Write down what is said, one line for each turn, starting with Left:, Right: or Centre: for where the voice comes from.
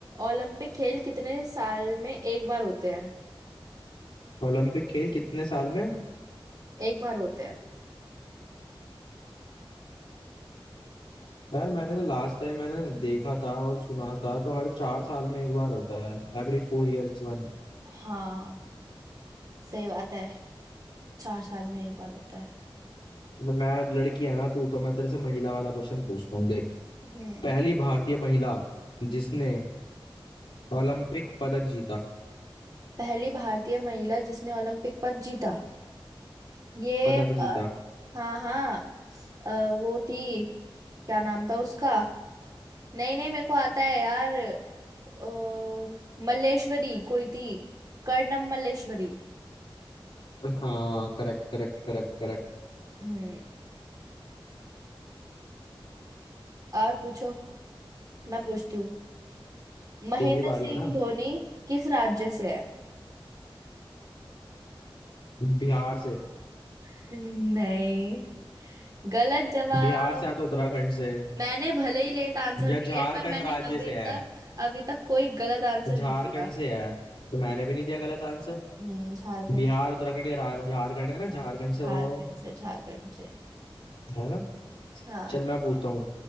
Right: ओलंपिक खेल कितने साल में एक बार होते हैं
Left: ओलंपिक खेल कितने साल में
Right: एक बार होते हैं
Left: यार मैंने तो लास्ट टाइम मैंने देखा था और सुना था तो हर चार साल में एक बार होता है एवरी फोर इयर्स वन
Right: हाँ सही बात है चार साल में एक बार होता है
Left: मैं अब लड़की है ना तू तो मैं तेरे से महिला वाला क्वेश्चन पूछता हूँ
Right: हम्म
Left: पहली भारतीय महिला जिसने ओलंपिक पदक जीता
Right: पहली भारतीय महिला जिसने ओलंपिक पद जीता ये
Left: पदक
Right: अ,
Left: जीता
Right: हाँ हाँ अ, वो थी क्या नाम था उसका नहीं नहीं मेरे को आता है यार अ, मल्लेश्वरी कोई थी कर्णम मल्लेश्वरी
Left: हाँ करेक्ट करेक्ट करेक्ट करेक्ट
Right: हम्म और पूछो मैं पूछती हूँ महेंद्र
Left: तेरी बारी
Right: सिंह
Left: है ना
Right: धोनी किस राज्य से है
Left: बिहार से
Right: <laughs> नहीं गलत जवाब
Left: बिहार से या तो उत्तराखंड से
Right: मैंने भले ही लेट आंसर
Left: या
Right: दिया
Left: झारखंड
Right: है पर मैंने
Left: राज्य
Right: अभी
Left: से है
Right: तक अभी तक कोई गलत आंसर
Left: झारखंड
Right: नहीं दिया
Left: से है तो मैंने भी नहीं दिया गलत आंसर
Right: हम्म झारखंड
Left: बिहार उत्तराखंड या रा- झारखंड है ना झारखंड से होगा
Right: झारखंड
Left: वो,
Right: से झारखंड से
Left: है ना
Right: हाँ
Left: चल मैं पूछता हूँ